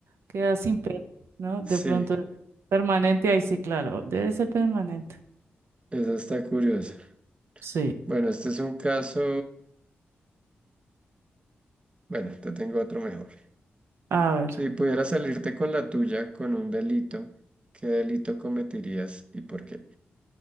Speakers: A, on the right (about 80°); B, on the right (about 25°).
A: quedas sin pelo, ¿no? De
B: Sí,
A: pronto permanente, ahí sí, claro, debe ser permanente.
B: eso está curioso.
A: Sí,
B: Bueno, este es un caso, bueno, te tengo otro mejor.
A: a ver.
B: Si pudieras salirte con la tuya con un delito, ¿qué delito cometerías y por qué?